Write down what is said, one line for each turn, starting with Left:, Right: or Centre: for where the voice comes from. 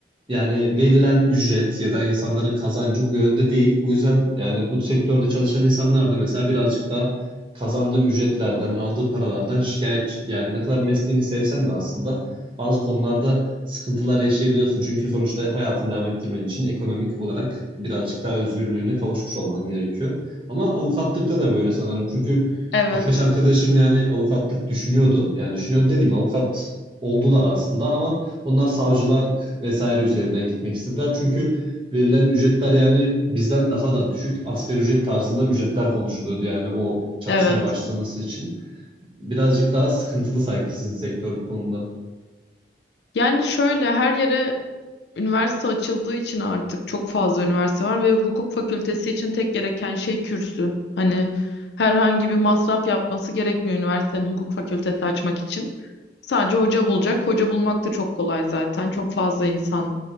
Right: yani verilen ücret ya da insanların kazancı bu yönde değil. Bu yüzden yani bu sektörde çalışan insanlar da mesela birazcık da kazandığı ücretlerden, aldığı paralardan şikayetçi. Yani ne kadar mesleğini sevsen de aslında bazı konularda sıkıntılar yaşayabiliyorsun. Çünkü sonuçta hayatını devam ettirmen için ekonomik olarak birazcık daha özgürlüğüne kavuşmuş olman gerekiyor. Ama avukatlıkta da böyle sanırım. Çünkü
Left: Evet.
Right: birkaç arkadaşım yani avukatlık düşünüyordu. Yani düşünüyordu dediğim avukat oldular aslında ama onlar savcılık vesaire üzerinden gitmek istediler. Çünkü verilen ücretler yani bizden daha da düşük. Asgari ücret tarzında ücretler konuşuluyordu yani o çalışmaya
Left: Evet.
Right: başlaması için. Birazcık daha sıkıntılı sanki sizin sektör bu konuda.
Left: Yani şöyle her yere üniversite açıldığı için artık çok fazla üniversite var ve hukuk fakültesi için tek gereken şey kürsü. Hani herhangi bir masraf yapması gerekmiyor üniversitenin hukuk fakültesi açmak için. Sadece hoca bulacak. Hoca bulmak da çok kolay zaten. Çok fazla insan